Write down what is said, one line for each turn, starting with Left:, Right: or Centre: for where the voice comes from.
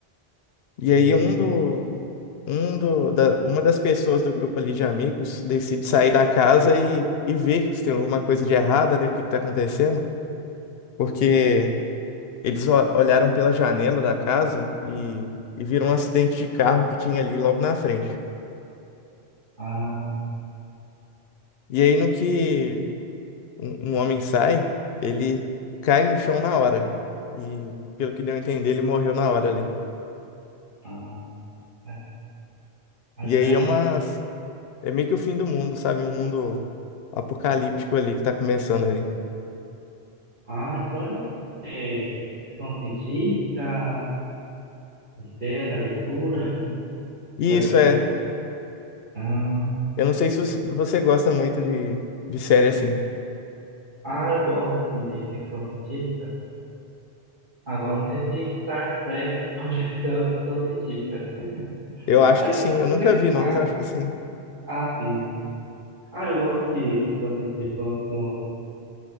Left: E
Right: aí,
Left: aí um do, um do, da, uma das pessoas do grupo ali de amigos decide sair da casa e, e ver se tem alguma coisa de errada, né? O que que tá acontecendo? Porque eles o- olharam pela janela da casa e, e viram um acidente de carro que tinha ali logo na frente.
Right: ah,
Left: E aí no que um, um homem sai, ele cai no chão na hora. E pelo que deu a entender, ele morreu na hora ali.
Right: ah, ah, ah,
Left: E
Right: então
Left: aí
Right: é
Left: é
Right: um,
Left: uma, é meio que o fim do mundo, sabe? Um mundo apocalíptico ali que tá começando ali.
Right: ah, então é, é ficção científica, mistério, aventura,
Left: Isso
Right: vai tu.
Left: é.
Right: Ah,
Left: Eu não sei se você você gosta muito de, de série assim.
Right: ah, eu gosto assim de ficção científica. Agora não sei se Star Trek pode <laughs> ser uma ficção científica, né?
Left: Eu acho
Right: Ah, é
Left: que sim.
Right: porque,
Left: Eu nunca
Right: né?
Left: vi, não,
Right: Ah,
Left: mas eu acho que sim.
Right: ah, sim, sim. Ah, eu gosto de ficção científica. eu gosto-